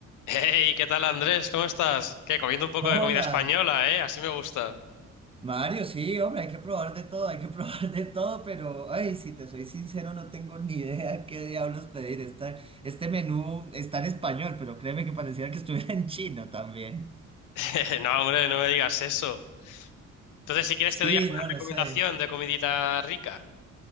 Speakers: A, on the left; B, on the right.
A: Hey, ¿qué tal Andrés? ¿Cómo estás? ¿Qué? Comiendo un poco
B: Hola,
A: de comida española, ¿eh? Así me gusta.
B: Mario, sí, hombre, hay que probar de todo, hay que <laughs> probar de todo, pero, ay, si te soy sincero, no tengo ni idea <laughs> qué diablos pedir. Esta- este menú está en español, pero créeme que parecía que estuviera en chino también.
A: <laughs> No, hombre, no me digas eso. Entonces, si quieres, te
B: Sí,
A: doy alguna
B: no,
A: recomendación
B: no sé.
A: de comidita rica.